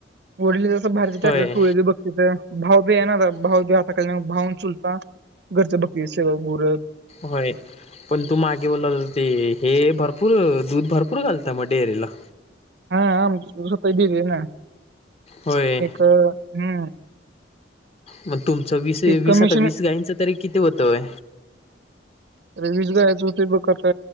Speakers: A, on the right; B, on the left.
A: वडील जसं बाहेरच
B: होय
A: टोळे बघती भाव बी आहे ना. भा आताकाळ भावून चुलता घरचं बघती स घुर
B: होय पण तू मागे बोल ते हे भरपूर दूध भरपूर घालत. आ मट येरला
A: हा आमसत द ना
B: होय
A: एक हम्म
B: मग तुमचं वीस
A: ते
B: वीस
A: कमिशन
B: आता वीस गाईंच तरी किती होतय?
A: रे वीस गायचं होते बघता